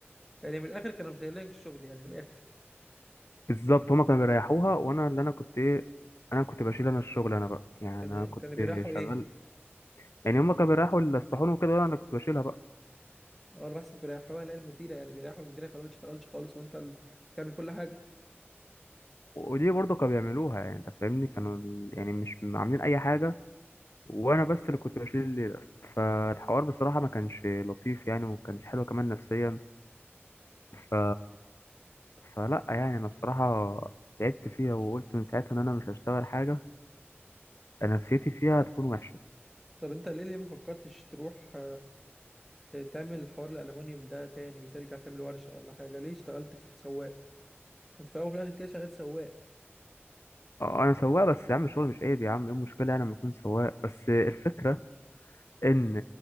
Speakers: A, in the centre; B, on the left (about 80°).
A: يعني من الاخر كانوا مش لك الشغل يعني من الاخر
B: بالظبط هما كانوا بيريحوها وأنا اللي أنا كنت إيه أنا كنت بشيل أنا الشغل أنا بقى يعني
A: كان
B: أنا كنت
A: كانوا بيريحوا ايه
B: شغال يعني هما كانوا بيريحوا الصحون وكده وأنا اللي كنت بشيلها بقى
A: اه انا بحسب بيريحوها اللي هي المديره يعني بيريحوا المديره يخلوها ما بتشتغلش خالص وانت اللي بتعمل كل حاجه
B: ودي برضه كانوا بيعملوها يعني أنت فاهمني كانوا ال- يعني مش عاملين أي حاجة وانا بس اللي كنت بشيل الليله فالحوار بصراحه ما كانش لطيف يعني وما كانش حلو كمان نفسيا ف فلا يعني انا بصراحه تعبت فيها وقلت من ساعتها ان انا مش هشتغل حاجه أنا نفسيتي فيها هتكون وحشه
A: طب انت ليه ليه ما فكرتش تروح آه، تعمل حوار الالومنيوم ده تاني ترجع تعمل ورشه ولا حاجه ليه اشتغلت في سواق انت في الاول وفي الاخر كده شغال سواق
B: اه انا سواق بس يا عم الشغل مش عيب يا عم ايه المشكله يعني لما اكون سواق بس الفكره ان